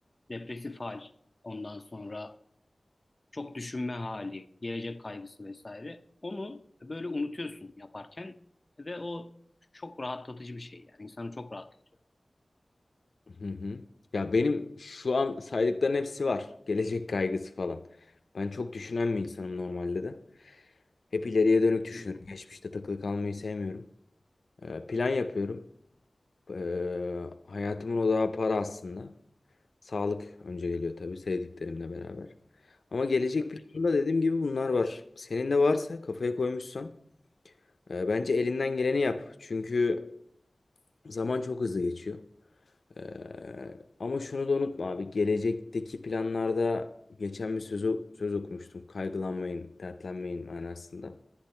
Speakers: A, on the left (about 35°); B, on the left (about 70°).
A: depresif hal, ondan sonra çok düşünme hali, gelecek kaygısı vesaire. Onu böyle unutuyorsun yaparken ve o çok rahatlatıcı bir şey yani insanı çok rahatlatıyor.
B: Hı hı. Ya benim şu an saydıkların hepsi var. Gelecek kaygısı falan. Ben çok düşünen bir insanım normalde de. Hep ileriye dönük düşünüyorum.
A: Hı hı,
B: Geçmişte takılı kalmayı sevmiyorum. Ee, plan yapıyorum. Ee, hayatımın odağı para aslında. Sağlık önce geliyor tabii sevdiklerimle beraber. Ama gelecek
A: Tabii
B: planında
A: ki.
B: dediğim gibi bunlar var. Senin de varsa kafaya koymuşsan e, bence elinden geleni yap. Çünkü zaman çok hızlı geçiyor. Ee, ama şunu da unutma abi. Gelecekteki planlarda geçen bir söz, söz okumuştum. Kaygılanmayın, dertlenmeyin manasında.